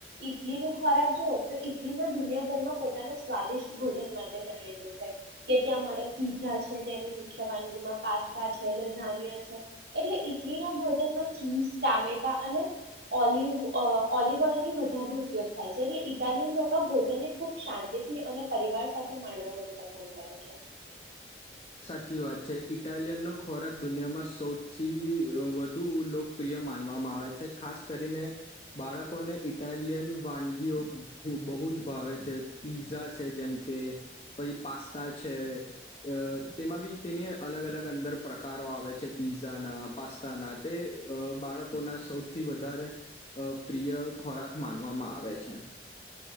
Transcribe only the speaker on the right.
ઈટલી નો ખોરાક જોઓ તો ઈટલીમાં દુનિયાભરમાં પોતાના સ્વાદિષ્ટ ભોજન માટે જાણીતું છે, કે ત્યાં મળે પીઝા છે, ત્યાંની મુખ્ય વાનગીમાં પાસ્તા છે, લઝાનિયા છે. એટલે ઇટલીના ભોજનમાં ચીઝ, ટામેટા અને ઓલિવ ઓલિવ ઓઇલની વધારે ઉપયોગ થાય છે એટલે ઇટાલિયન લોકો ભોજનને ખુબ શાંતિથી અને પરિવાર સાથે માણવવાનું પસંદ કરે છે.